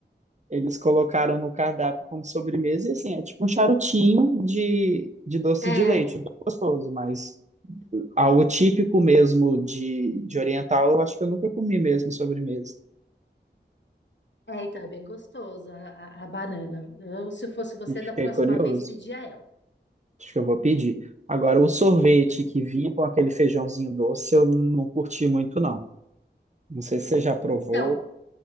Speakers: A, on the right (about 40°); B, on the left (about 75°).
A: eles colocaram no cardápio como sobremesa, e assim, é tipo um charutinho de, de doce
B: é,
A: de leite, é bem gostoso, mas algo típico mesmo de, de oriental, eu acho que eu nunca comi mesmo sobremesa.
B: é, então é bem gostoso a, a- a banana. Eu, se fosse você,
A: E fiquei
B: da próxima
A: curioso.
B: vez, pedia ela.
A: Acho que eu vou pedir. Agora, o sorvete
B: né?
A: que vinha com aquele feijãozinho doce, eu não curti muito, não. Não sei se você já provou.
B: Então,